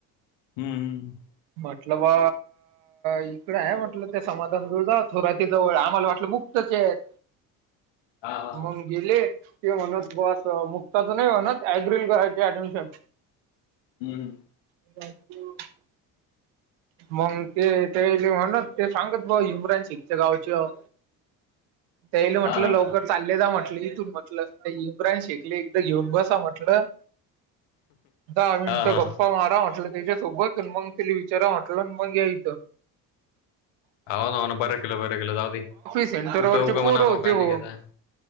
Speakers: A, on the left (about 65°); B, on the right (about 65°).
A: हम्म -हम्
B: म्हटलं बा इकडं आहे म्हटलं. ते समाधान मिळ जा थोराती जवळ आम्हाला वाटलं मुक्तचे आहेत
A: हम्म हा हा हा
B: मग गेले? ते म्हणत बस मुक्ताच नाही म्हणत ॲग्रिल करायची ऍडमिशन
A: हम्म
B: <unintelligible> मग ते तेले म्हणत ते सांगत भाव इमरान शेखच्या गावचे आहोत त्याल म्हटलं
A: हा हा
B: लो लोक चालले जा म्हटलं इथून म्हटलं ते इम्रान शेकले एकदा घेऊन बसा म्हटलं दहा मिनटं
A: हा हा
B: गप्पा मारा म्हटलं त्याच्यासोबत मग तेले विचारा म्हटल मग या इथ
A: हो ना हो ना बरं केलं बरं केलं जाऊ दे
B: सेंटरवरचे
A: कुठं उगं
B: पोर
A: मणा
B: होते
A: बोकांडी
B: हो.
A: घेताय